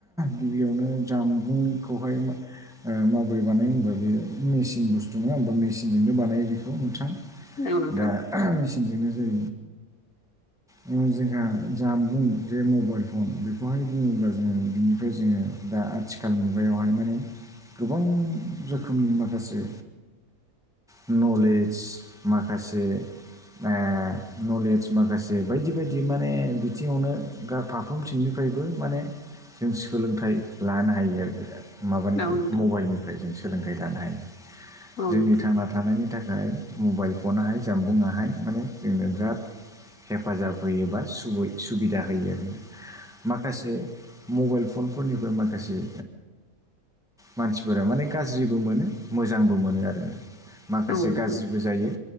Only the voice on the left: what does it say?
औ नोंथां
<inaudible>
औ नोंथां
औ नोंथां औ
नोंथां
औ नोंथां